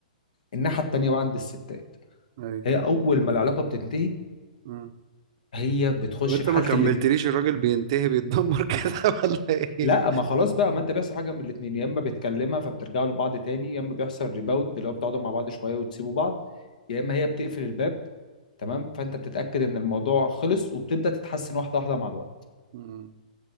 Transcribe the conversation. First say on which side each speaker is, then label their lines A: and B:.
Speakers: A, on the left; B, on the right.
A: الناحية التانية بقى عند الستات
B: أيوة.
A: هي اول ما العلاقه بتنتهي
B: مم.
A: هي بتخش
B: طب انت
A: في
B: ما
A: حاله
B: كملتليش
A: اللي
B: الراجل بينتهي بيتدمر كده <laughs> ولا ايه؟
A: لا ما خلاص بقى ما انت بيحصل حاجه من الاثنين يا اما بتكلمها فبترجعوا لبعض تاني يا اما بيحصل ريباوند اللي هو بتقعدوا مع بعض شويه وتسيبوا بعض يا اما هي بتقفل الباب تمام فانت بتتاكد ان الموضوع خلص وبتبدا تتحسن واحده واحده مع الوقت
B: مم.